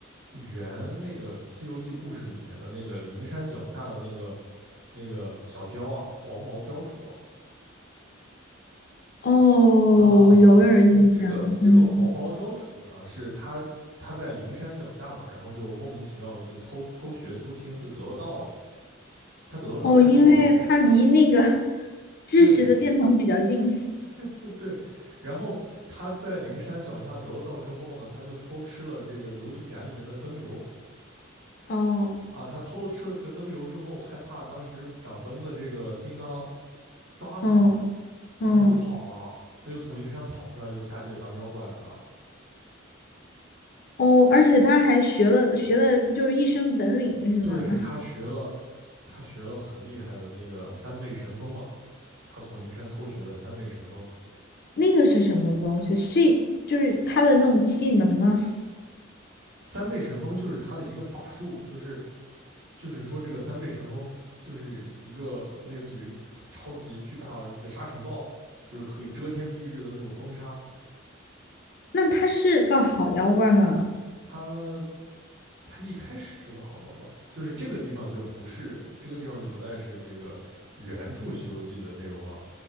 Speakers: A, on the right (about 65°); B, on the left (about 50°).
A: 原那个《西游记》故事里面的那个灵山脚下的那个那个小雕啊，黄毛雕鼠
B: 哦，
A: 啊。
B: 我有点儿印象，
A: 这个这个黄毛雕鼠呢，
B: 嗯。
A: 是它它在灵山脚下嘛，然后就莫名其妙的就偷偷学偷听，就得了道了。他得了道之后呢，
B: 哦，因为他离那个 <laughs> 知识的殿堂比较近。
A: 对
B: <laughs>
A: <laughs> 对，然后他在灵山脚下得了道之后呢，他就偷吃了这个琉璃盏里面的灯油。
B: 哦，
A: 啊，他偷了吃了这个灯油之后，害怕当时掌灯的这个金刚抓他，
B: 嗯嗯，
A: 然后他就跑了，他就从灵山跑出来，就下界当妖怪来了。
B: 哦，而且他还学了学了，就是一身本领是吗？
A: 对，他学了，
B: <laughs>
A: 他学了很厉害的那个三昧神风嘛，他从灵山偷学的三昧神风。
B: 那个是什么东西？是就是他的那种技能吗？
A: 三昧神风就是他的一个法术，就是就是说这个三昧神风就是一个类似于超级巨大的一个沙尘暴，就是可以遮天蔽日的那种风沙。
B: 那他是个好妖怪吗？
A: 他。他一开始是个好妖怪，就是这个地方就不是这个地方就不再是这个原著《西游记》的内容了。